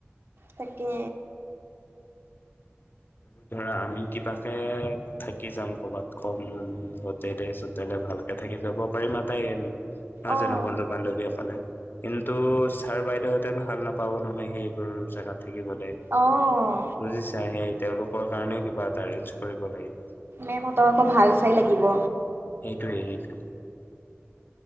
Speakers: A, on the right; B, on the left.
A: তাকে
B: আৰু ধৰা আমি কিবাকে থাকি যাম কবাত কম হোটেলে চোটলে ভালকে থাকি যাব পাৰিমা তাই আমি নহয়
A: অঁ
B: জানো বন্ধু বান্ধৱীসকলে, কিন্তু তাৰ বাইদেউহঁতে ভাল নাপাব নহয় সেইবোৰ জেগাত। থাকিবলে।
A: অঁ
B: বুজিছা সেই তেওঁলোকৰ কাৰণে কিবা এটা এৰেঞ্জ কৰিব লাগিব।
A: মেমঁহতৰ আকৌ ভাল চাই লাগিব।
B: সেইটোৱে সেইটোৱে